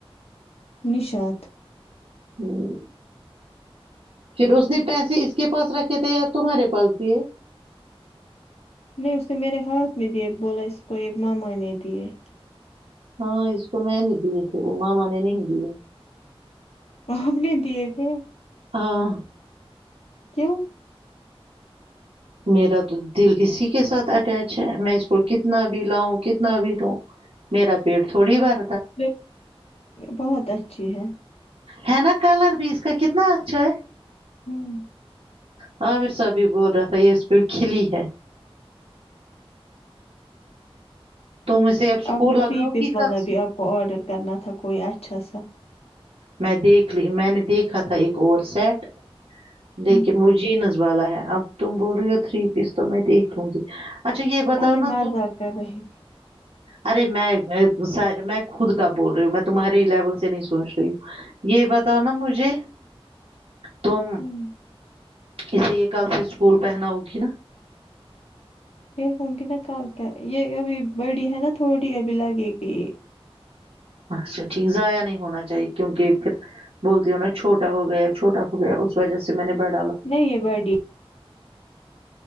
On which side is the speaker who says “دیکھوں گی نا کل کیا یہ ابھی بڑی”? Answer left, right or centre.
Left